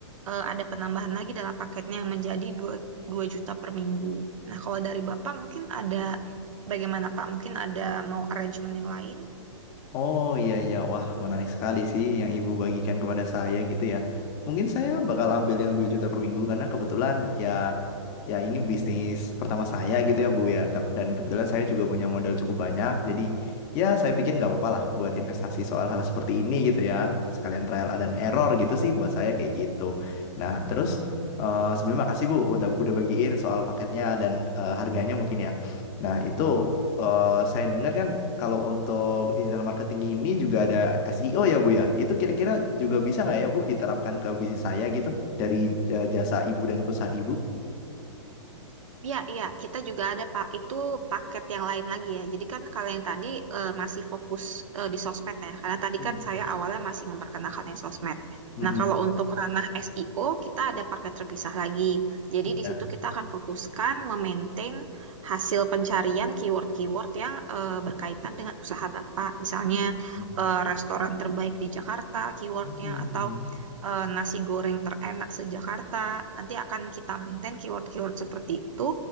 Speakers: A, on the right; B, on the left.
A: eh, ada penambahan lagi dalam paketnya menjadi 2 2 juta per minggu. Nah, kalau dari Bapak mungkin ada bagaimana Pak? Mungkin ada mau arrangement yang lain?
B: Oh iya iya wah menarik sekali sih yang ibu bagikan kepada saya gitu ya. Mungkin saya bakal ambil yang 2 juta per minggu karena kebetulan ya ya ini bisnis pertama saya gitu ya Bu ya. Tap- Dan kebetulan saya juga punya modal cukup banyak jadi ya saya pikir nggak apa-apa lah buat investasi soal hal seperti ini gitu ya. Sekalian trial dan error gitu sih buat saya kayak gitu. Nah, terus eh sebelumnya makasih Bu udah udah bagiin soal paketnya dan eh, harganya mungkin ya. Nah, itu eh saya dengar kan kalau untuk digital marketing ini juga ada SEO ya Bu ya. Itu kira-kira juga bisa nggak ya Bu diterapkan ke bisnis saya gitu dari eh, jasa Ibu dan perusahaan Ibu?
A: Iya, iya, kita juga ada Pak. Itu paket yang lain lagi ya. Jadi kan kalau yang tadi eh, masih fokus eh, di sosmed ya, karena tadi
B: Hmm.
A: kan saya awalnya masih memperkenalkan yang sosmed.
B: Mm-mm.
A: Nah, kalau untuk ranah SEO, kita ada paket terpisah lagi. Jadi di
B: Ya.
A: situ kita akan fokuskan memaintain hasil pencarian keyword-keyword yang eh, berkaitan dengan usaha Bapak. Misalnya
B: Hmm.
A: eh, restoran terbaik di Jakarta, keywordnya,
B: Hmm.
A: atau eh, nasi goreng terenak se-Jakarta. Nanti akan kita maintain keyword-keyword seperti itu